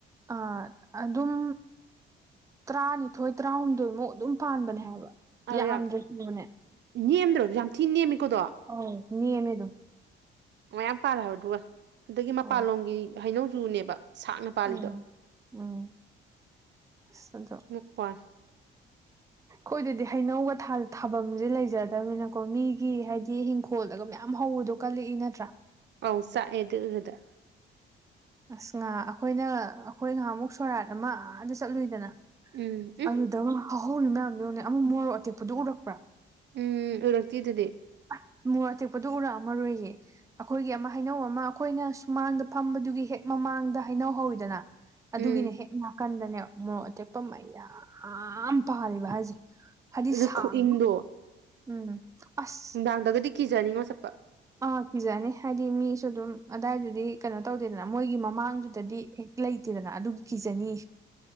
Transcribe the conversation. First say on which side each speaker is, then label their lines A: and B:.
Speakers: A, on the right; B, on the right.
A: ꯑ ꯑꯗꯨꯝ ꯇꯔꯥꯅꯤꯊꯣꯏ ꯇꯔꯥꯍꯨꯝꯗꯣꯏꯃꯨꯛ ꯑꯗꯨꯝ ꯄꯥꯟꯕꯅꯦ ꯍꯥꯏꯕ
B: ꯑ
A: ꯌꯥꯝꯗ꯭ꯔꯁꯨꯅꯦ
B: ꯌꯥꯝ ꯅꯦꯝꯗ꯭ꯔꯣ ꯌꯥꯝ ꯊꯤꯅ ꯅꯦꯝꯃꯤꯀꯣꯗꯣ
A: ꯑꯧ ꯅꯦꯝꯃꯦ ꯑꯗꯨꯝ
B: ꯃꯌꯥꯝ ꯄꯥꯜꯂꯦ ꯍꯥꯏꯕ ꯑꯗꯨꯒ ꯑꯗꯒꯤ ꯃꯄꯥꯟꯂꯣꯝꯒꯤ
A: ꯑꯧ
B: ꯍꯩꯅꯧꯖꯨꯅꯦꯕ ꯁꯥꯡꯅ ꯄꯥꯜꯂꯤꯗꯣ
A: ꯎꯝ ꯎꯝ <unintelligible>
B: <unintelligible>
A: ꯈꯣꯏꯗꯗꯤ ꯍꯩꯅꯧꯒ ꯊꯥ ꯊꯥꯕꯝꯁꯦ ꯂꯩꯖꯗꯕꯅꯤꯅꯀꯣ ꯃꯤꯒꯤ ꯍꯥꯏꯗꯤ ꯏꯡꯈꯣꯜꯗꯒ ꯃꯌꯥꯝ ꯍꯧꯕꯗꯣ ꯀꯂꯛꯏ ꯅꯠꯇ꯭ꯔꯥ
B: ꯑꯧ ꯆꯥꯛꯑꯦ ꯗꯨ ꯎꯕꯗ
A: ꯑꯁ ꯉꯍꯥ ꯑꯈꯣꯏꯅ ꯑꯈꯣꯏ ꯉꯍꯥꯃꯨꯛ ꯁꯣꯔꯥꯠ ꯑꯃ ꯑꯥꯗ ꯆꯠꯂꯨꯏꯗꯅ
B: ꯎꯝ ꯎꯝ
A: ꯑꯗꯨ ꯇ ꯍꯧꯍꯧꯔꯤ ꯃꯌꯥꯝꯗꯨ ꯌꯦꯡꯎꯅꯦ ꯑꯃ ꯃꯣꯔꯣꯛ ꯑꯇꯦꯛꯄꯗꯨ ꯎꯔꯛꯄ꯭ꯔꯥ
B: ꯎꯝ ꯎꯔꯛꯇꯦꯗꯨꯗꯤ
A: ꯑꯥ ꯃꯣꯔꯣꯛ ꯑꯇꯦꯛꯄꯗꯨ ꯎꯔꯛꯑꯝꯃꯔꯣꯏꯌꯦ ꯑꯈꯣꯏꯒꯤ ꯑꯃ ꯍꯩꯅꯧ ꯑꯃ ꯑꯈꯣꯏꯅ ꯁꯨꯃꯥꯡꯗ ꯐꯝꯕꯗꯨꯒꯤ ꯍꯦꯛ ꯃꯃꯥꯡꯗ ꯍꯩꯅꯧ ꯍꯧꯋꯤꯗꯅ ꯑꯗꯨꯒꯤꯅꯦ
B: ꯎꯝ
A: ꯍꯦꯛ ꯅꯥꯀꯟꯗꯅꯦ ꯃꯣꯔꯣꯛ ꯑꯇꯦꯛꯄ ꯃꯩꯌꯥꯝ ꯄꯥꯜꯂꯤꯕ ꯍꯥꯏꯁꯦ ꯍꯥꯏꯗꯤ
B: ꯑꯗꯨ
A: ꯁꯥꯡꯕ
B: ꯈꯨꯏꯪꯗꯣ
A: ꯎꯝ ꯑꯁ
B: ꯗꯒꯗꯤ ꯀꯤꯖꯅꯤꯡꯉꯣ ꯆꯠꯄ
A: ꯑꯥ ꯀꯤꯖꯅꯤ ꯍꯥꯏꯗꯤ ꯃꯤꯁꯨ ꯑꯗꯨꯝ ꯑꯗꯥꯏꯗꯨꯗꯤ ꯀꯩꯅꯣ ꯇꯧꯗꯦꯗꯅ ꯃꯣꯏꯒꯤ ꯃꯃꯥꯡꯗꯨꯗꯗꯤ ꯍꯦꯛ ꯂꯩꯇꯦꯗꯅ ꯑꯗꯨꯝ ꯀꯤꯖꯅꯤ